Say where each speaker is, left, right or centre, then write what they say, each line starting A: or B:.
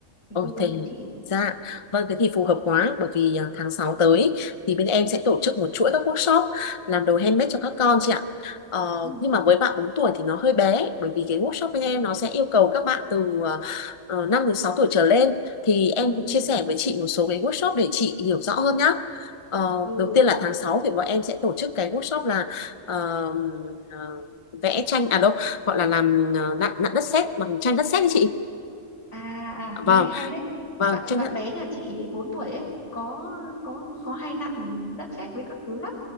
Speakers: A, on the left; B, on the left.
A: thì
B: Ôi,
A: tư vấn
B: thế
A: giúp chị.
B: dạ. Vâng, thế thì phù hợp quá bởi vì à, tháng 6 tới ý, thì bên em sẽ tổ chức một chuỗi các workshop làm đồ handmade cho các con chị ạ. Ờ,
A: Ừ
B: nhưng mà với bạn 4 tuổi thì nó hơi bé bởi vì cái workshop bên em nó sẽ yêu cầu các bạn từ uh, 5 đến 6 tuổi trở lên thì em cũng
A: ừ
B: chia sẻ với chị một số cái workshop để chị hiểu rõ hơn nhá. Ờ,
A: ừ
B: đầu tiên là tháng 6 thì bọn em sẽ tổ chức cái workshop là ờ, ờ, vẽ tranh à đâu gọi là làm ờ, nặn nặn đất sét bằng tranh đất sét đấy chị.
A: À, à
B: Vâng
A: cái này hay đấy.
B: Vâng,
A: Bạn
B: chấp
A: bạn
B: nhận.
A: bé nhà chị 4 tuổi ấy có có có hay nặn đất sét với các thứ lắm.